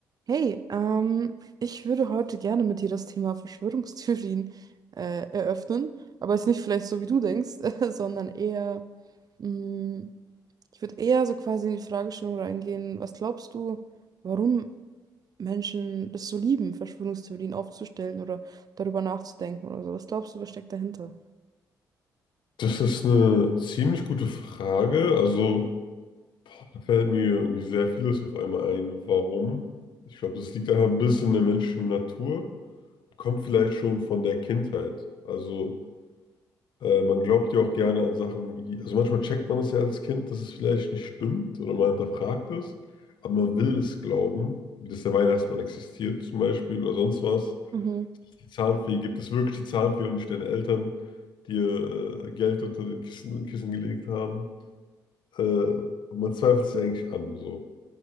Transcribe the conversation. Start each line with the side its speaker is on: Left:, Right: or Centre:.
Right: Hey, ähm, ich würde heute gerne mit dir das Thema Verschwörungstheorien äh, eröffnen, aber jetzt nicht vielleicht so, wie du denkst, <laughs> sondern eher, mh, ich würde eher so quasi in die Fragestellung reingehen, was glaubst du, warum Menschen das so lieben, Verschwörungstheorien aufzustellen oder darüber nachzudenken oder so? Was glaubst du, was steckt dahinter?
Left: Das ist eine ziemlich gute Frage. Also, da fällt mir irgendwie sehr vieles auf einmal ein. Warum? Ich glaube, das liegt einfach ein bisschen in der menschlichen Natur. Kommt vielleicht schon von der Kindheit. Also, äh, man glaubt ja auch gerne an Sachen wie, also manchmal checkt man es ja als Kind, dass es vielleicht nicht stimmt oder man hinterfragt es, aber man will es glauben, wie dass der Weihnachtsmann existiert zum Beispiel oder sonst was.
Right: Mhm.
Left: Die Zahnfee, gibt es wirklich die Zahnfee und nicht deine Eltern, die ihr äh, Geld unter den Kissen, Kissen gelegt haben? äh, man zweifelt sich eigentlich an. So.